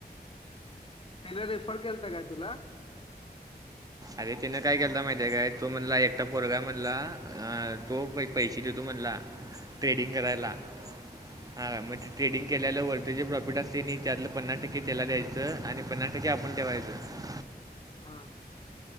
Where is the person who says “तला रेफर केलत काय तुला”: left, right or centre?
Left